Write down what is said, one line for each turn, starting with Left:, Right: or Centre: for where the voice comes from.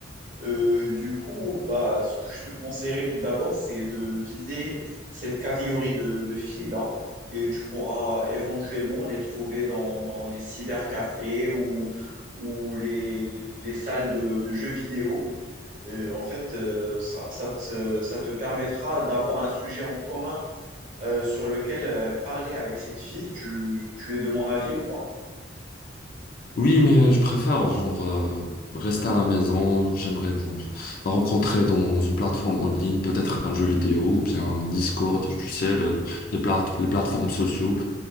Right: Euh, du coup, bah, ce que je te conseillerais tout d'abord, c'est de viser cette catégorie de, de filles-là. Et tu pourras éventuellement les trouver dans, dans les cybercafés ou, ou les, les salles de, de jeux vidéo. Euh, en fait, euh, ça, ça te, ça te permettra d'avoir un sujet en commun euh, sur lequel euh, parler avec cette fille. Tu, tu es de mon avis ou pas?
Left: Oui, mais euh, je préfère genre euh, rester à la maison. J'aimerais genre rencontrer dans une plateforme en ligne, peut-être un jeu vidéo ou bien un Discord, tu sais, le- les plate- les plateformes sociaux.